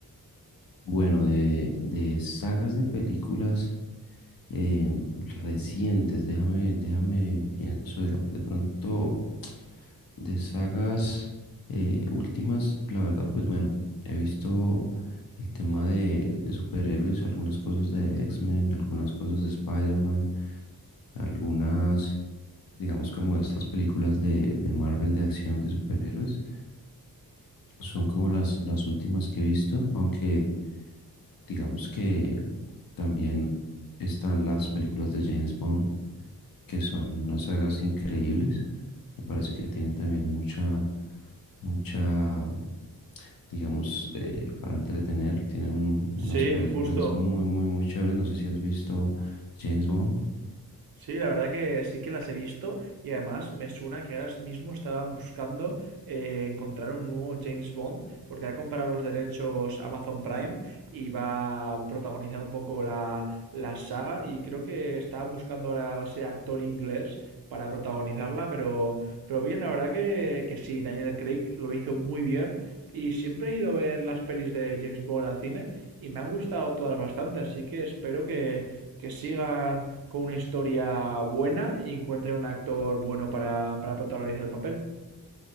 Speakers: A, on the left; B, on the right.
A: Bueno, de, de sagas de películas eh, recientes, déjame, déjame, pienso de, de pronto de sagas eh, últimas, la verdad, pues bueno, he visto el tema de, de superhéroes, algunas cosas de X-Men, algunas cosas de Spider-Man, algunas digamos como estas películas de, de Marvel de acción de superhéroes, son como las, las últimas que he visto, aunque digamos que también están las películas de James Bond, que son unas sagas increíbles. Me parece que tienen también mucha, mucha, digamos, eh, para entretener. Tienen un- unas
B: Sí,
A: películas
B: justo.
A: muy, muy, muy chéveres. No sé si has visto James Bond.
B: Sí, la verdad que sí que las he visto y además me suena que ahora mismo estaban buscando eh, encontrar un nuevo James Bond porque ha comprado los derechos Amazon Prime y va a protagonizar un poco la, la saga y creo que estaban buscando ahora ese actor inglés para protagonizarla, pero, pero bien, la verdad que, que sí, Daniel Craig lo hizo muy bien y siempre he ido a ver las pelis de James Bond al cine y me han gustado todas bastante, así que espero que, que sigan con una historia buena y encuentren un actor bueno para, para protagonizar el papel.